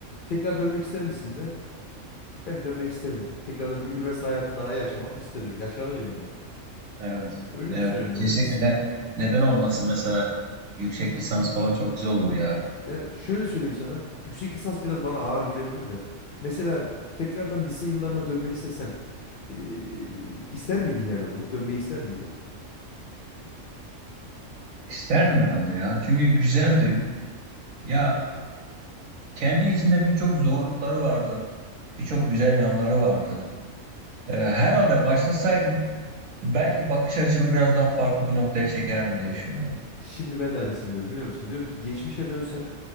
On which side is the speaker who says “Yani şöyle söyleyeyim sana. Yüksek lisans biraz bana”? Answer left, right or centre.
Left